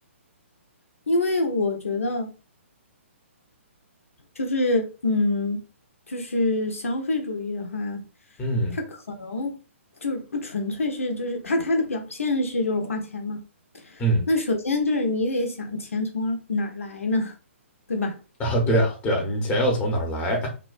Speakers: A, on the left; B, on the left.
A: 因为我觉得就是嗯，就是消费主义的话，
B: 嗯
A: 它可能就是不纯粹是就是它它的表现是就是花钱嘛。
B: 嗯
A: 那首先就是你得想钱从哪儿来呢，<laughs> 对吧？
B: 啊，对啊对啊，你钱要从哪儿来？